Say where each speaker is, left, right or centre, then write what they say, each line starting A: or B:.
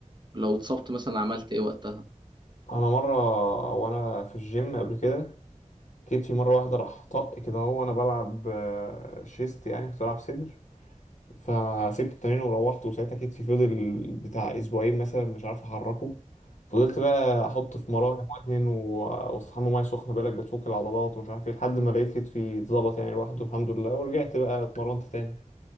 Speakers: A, on the right; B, on the left.
A: ولو اتصبت مثلا عملت ايه وقتها
B: انا مره وانا في الجيم قبل كده جيت في مرة واحدة راح طق كده هو وأنا بلعب آه، شيست يعني كنت بلعب صدر فسبت التمرين وروحت وساعتها كتفي فضل بتاع أسبوعين مثلا مش عارف أحركه فضلت بقى أحط في مراهم وأدهن و- وأستحمى مية سخنة بالك بتفك العضلات ومش عارف إيه لحد ما لقيت كتفي اتظبط يعني لوحده الحمد لله ورجعت بقى اتمرنت تاني